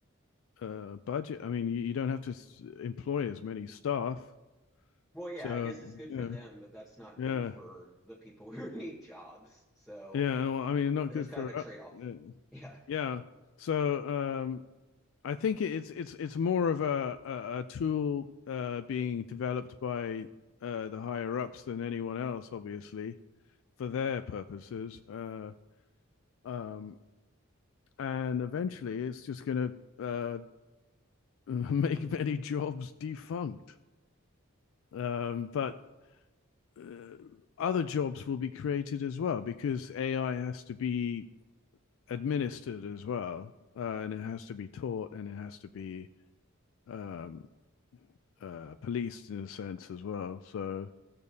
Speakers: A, on the left (about 65°); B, in the centre.
A: uh, budget. I mean, you, you don't have to employ as many staff.
B: Well, yeah,
A: So
B: I guess it's good
A: yeah,
B: for them, but that's not
A: yeah,
B: good for the people who <laughs> need jobs. So
A: yeah. Well, I mean, not
B: there's
A: good
B: kind
A: for.
B: of a trade-off.
A: u-
B: <laughs> Yeah.
A: yeah. Yeah. So um, I think it's it's it's more of a a, a tool uh, being developed by uh, the higher ups than anyone else, obviously, for their purposes. Uh, um, and eventually, it's just going to uh, <laughs> make many jobs defunct. Um, but uh, other jobs will be created as well because AI has to be administered as well, uh, and it has to be taught and it has to be um, uh, policed in a sense as well. So